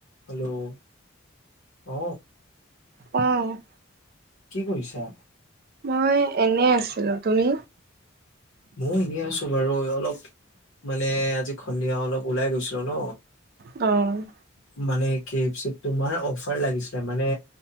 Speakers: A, on the left (about 75°); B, on the right (about 45°).
A: Hello, অ,
B: অ',
A: কি কৰিছা?
B: মই এনেই আছিলোঁ তুমি?
A: মও এনেই আছো বাৰু ঐ অলপ মানে আজি সন্ধিয়া অলপ ওলাই গৈছিলোঁ ন'।
B: অ',
A: মানে কে এফ চিত তোমাৰ অফাৰ লাগিছিলে মানে